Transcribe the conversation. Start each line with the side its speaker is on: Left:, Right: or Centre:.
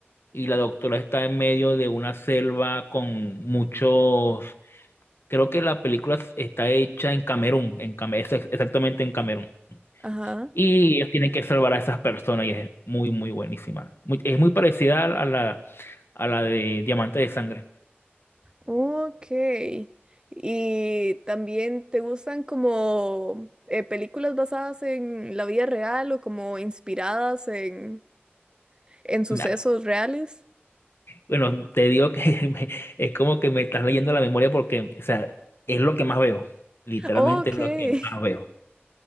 Left: y la doctora está en medio de una selva con muchos, creo que la película está hecha en Camerún, en, Cam- es- exactamente en Camerún.
Right: Ajá,
Left: Y ellos tienen que salvar a esas personas y es muy, muy buenísima. Muy- es muy parecida a la, a la de Diamante de Sangre.
Right: ok. ¿Y también te gustan como eh, películas basadas en la vida real o como inspiradas en, en sucesos
Left: Na-
Right: reales?
Left: Bueno, te digo que <laughs> me- es como que me estás leyendo la memoria porque, o sea, es lo que más veo. Literalmente
Right: Ok.
Left: es lo
Right: <laughs>
Left: que más veo.